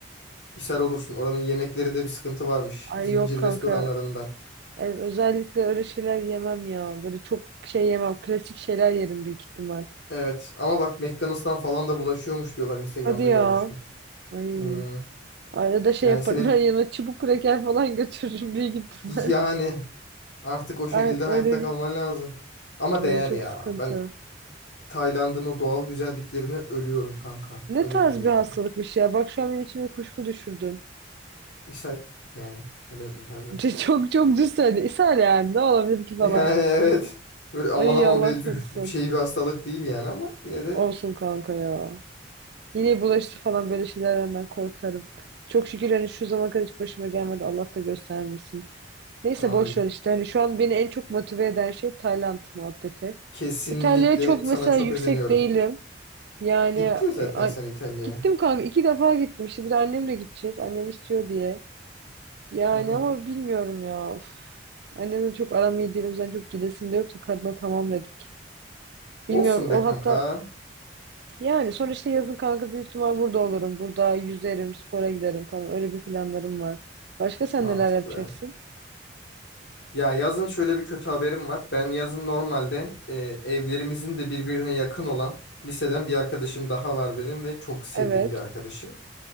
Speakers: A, on the left; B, on the right.
A: ishal olursun. Oranın yemeklerinde bir sıkıntı varmış.
B: Ay
A: Zincir
B: yok kanka
A: restoranlarında.
B: e, özellikle öyle şeyler yemem ya. Böyle çok şey yemem. Klasik şeyler yerim büyük ihtimal.
A: Evet ama bak McDonald's'tan falan da bulaşıyormuş diyorlar Instagram'da
B: Hadi ya.
A: görmüştüm.
B: Ay.
A: Hı.
B: Arada şey
A: Yani
B: yaparım.
A: senin
B: <laughs> Ben yanına çubuk kraker falan götürürüm büyük ihtimal.
A: yani artık
B: <laughs>
A: o şekilde
B: Ay,
A: hayatta
B: öyle
A: kalman lazım. Ama
B: Ay,
A: değer
B: çok
A: ya.
B: sıkıntı.
A: Ben Tayland'ın o doğal güzelliklerine ölüyorum kanka.
B: Ne
A: Ölürüm
B: tarz
A: yani.
B: bir hastalıkmış ya. Bak şu an benim içime kuşku düşürdün.
A: İshal yani. Ne demek intihar eder?
B: <laughs>
A: <laughs>
B: Çok çok düz söyledin. İshal yani. Ne olabilir ki falan.
A: Yani evet. Böyle aman
B: Ay
A: aman
B: Allah
A: bir
B: korusun.
A: şey bir hastalık değil yani ama yine de
B: Olsun kanka ya. Yine bulaştı falan böyle şeylerden ben korkarım. Çok şükür hani şu zamana kadar hiç başıma gelmedi. Allah da göstermesin. Neyse
A: amin.
B: boş ver işte. Hani şu an beni en çok motive eden şey Tayland muhabbeti.
A: Kesinlikle
B: İtalya'ya çok mesela
A: sana çok
B: yüksek
A: özeniyorum.
B: değilim. Yani
A: Gittin zaten
B: e, a-
A: sen İtalya'ya.
B: gittim kanka iki defa gittim. İşte bir de annemle gideceğiz. Annem istiyor diye. Yani
A: Hı hı.
B: ama bilmiyorum ya. Uf. Annemle çok aram iyi değil. O yüzden çok gidesim de yoktu. Kadına tamam dedik. Bilmiyorum.
A: Olsun
B: O
A: be kanka.
B: hatta yani sonuçta yazın kanka büyük ihtimal burada olurum. Burada yüzerim, spora giderim falan. Öyle bir planlarım var. Başka sen
A: Mantıklı.
B: neler yapacaksın?
A: Ya yazın şöyle bir kötü haberim var. Ben yazın normalde e, evlerimizin de birbirine yakın olan liseden bir arkadaşım daha var benim ve çok sevdiğim
B: Evet.
A: bir arkadaşım.